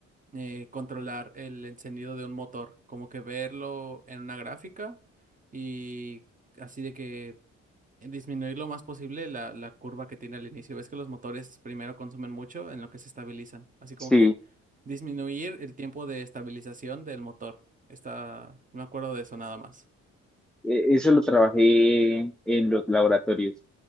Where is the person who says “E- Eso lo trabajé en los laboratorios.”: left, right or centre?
Centre